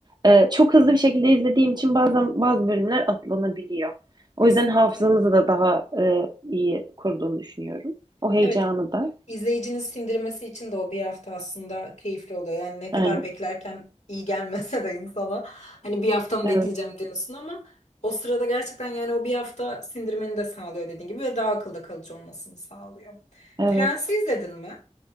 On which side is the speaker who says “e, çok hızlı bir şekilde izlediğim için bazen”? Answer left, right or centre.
Right